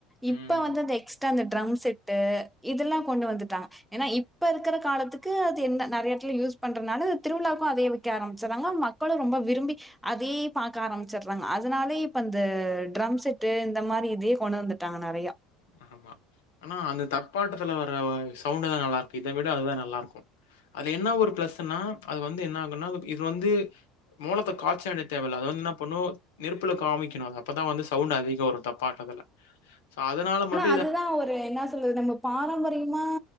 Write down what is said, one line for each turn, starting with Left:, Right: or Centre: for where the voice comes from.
Left: ம்.
Centre: இப்ப வந்து அந்த எக்ஸ்டா அந்த ட்ரம் செட்டு இதுல்லா கொண்டு வந்துட்டாங்க ஏன்னா இப்ப இர்க்குற காலத்துக்கு அது என்ன நறைய எட்த்துல யூஸ் பண்றனால திருவிழாவுக்கு அதயே வித் கேரம்ச்சறாங்க மக்களு ரொம்ப விரும்பி அதே பாக்க ஆரம்ச்சற்றாங்க அதுனாலே இப் அந்த ட்ரம் செட்டு இந்த மாரி இதே கொண வந்துட்டாங்க நறயா
Left: ஆமா அனா அந்த தப்பாட்டத்துல வ <unintelligible> சவுண்டு தா நல்லார்க்கு இத விட அதுதா நல்லார்க்கு அது என்னா ஒரு ப்ளஸ்ஸுனா அது வந்து என்னாகுன்னா அது இது வந்து மோளத்த காச்ச வேண்டிய தேவல்ல அது வந் ன்னா பண்ணு நெருப்புல காமிக்கினு அத அப்பதா வந்து சவுண்டு அதி தோ ஒரு தப்பாட்டதுல சாத் இதனால மட்
Centre: அதுதா ஒரு என்னா சொல்லுது நம்ம பாரம்பரியமா